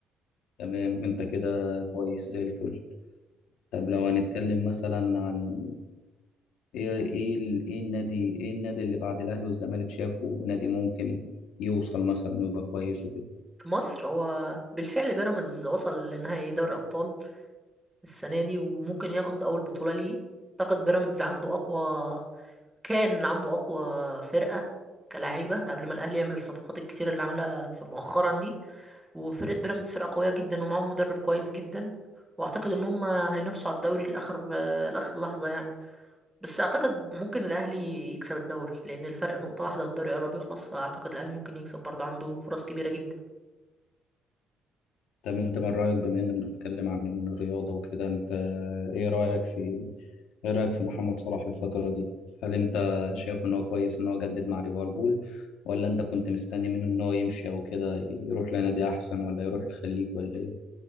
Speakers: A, on the left; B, in the centre.
A: تمام انت كده كويس زي الفل طب لو هنتكلم مثلا عن ايه ايه ال- ايه النادي ايه النادي اللي بعد الاهلي والزمالك شافه نادي ممكن ي- يوصل مثلا ويبقى كويس وكده
B: في مصر هو بالفعل بيراميدز وصل لنهائي دوري ابطال السنه دي وممكن ياخد اول بطوله ليه اعتقد بيراميدز عنده اقوى كان عنده اقوى فرقه كلاعيبه قبل ما الاهلي يعمل الصفقات الكتير اللي عملها في مؤخرا دي وفرقه بيراميدز فرقه قويه جدا ومعاهم مدرب كويس جدا واعتقد ان هم هينافسوا على الدوري لاخر آه، لاخر لحظه يعني بس اعتقد ممكن الاهلي يكسب الدوري لان الفرق نقطه واحده والدوري قرب يخلص فاعتقد الاهلي ممكن يكسب برضه عنده فرص كبيره جدا
A: طب انت من رايك بما اننا بنتكلم عن الرياضه وكده انت ايه رايك في ايه رايك في محمد صلاح الفتره دي هل انت شايف ان هو كويس ان هو جدد مع ليفربول ولا انت كنت مستني منه ان هو يمشي او كده يروح لنادي احسن ولا يروح الخليج ولا ايه